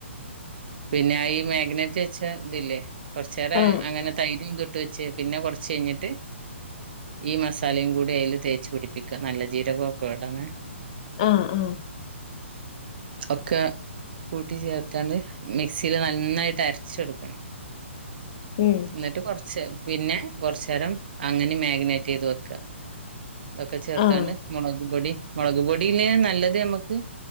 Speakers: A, on the right; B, on the left.
A: പിന്നെ ഈ മാഗ്നറ്റ് വെച്ച ഇതില്ലേ കോർച്ചേരം
B: ആഹ്
A: അങ്ങനെ തൈരും തൊട്ട് വെച്ച് പിന്നെ കൊറച് കഴിഞ്ഞിട്ട് ഈ മസാലയും കൂടി അയ്ല് തേച്ച് പിടിപ്പിക്ക നല്ല ജീരകോ ഒക്കെ ഇടണെ
B: ആ ആ
A: ഒക്ക കൂട്ടി ചേർത്താണ്ട് മിക്സിയില് ന്നന്നായ്ട്ട് അരച്ചെടുക്കണം
B: ഉം
A: എന്നിട്ട് കൊറച്ച് പിന്നെ കൊറചേരം അങ്ങനെ മേഗ് ഗ്നെറ്റ് ചെയ്ത് വെക്ക ഇതൊക്കെ ചേർത്താണ്ട്
B: ആഹ്
A: മുളക്പൊടി മുളക്പൊടിന്നെ നല്ലത് നമ്മക്ക്